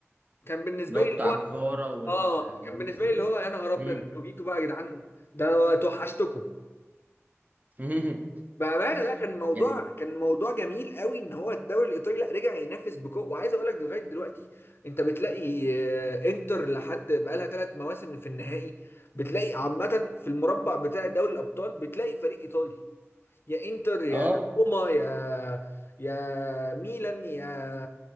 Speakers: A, on the left; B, on the right.
A: كان بالنسبه
B: اللي هو
A: لي
B: بتاع
A: اللي هو
B: جفارا وال-
A: اه
B: والناس
A: كان بالنسبه
B: دي
A: لي اللي هو يا نهار ابيض
B: امم
A: انتوا جيتوا بقى يا جدعان ده انا توحشتكم
B: <laughs>
A: بامانه لا كان موضوع
B: يعني
A: كان موضوع جميل قوي ان هو الدوري الايطالي لا رجع ينافس بقوه وعايز اقول لك لغايه دلوقتي انت بتلاقي آه، انتر لحد بقالها ثلاث مواسم في النهائي بتلاقي عامه في المربع بتاع دوري الابطال بتلاقي فريق ايطالي يا انتر يا
B: اه
A: روما يا يا ميلان يا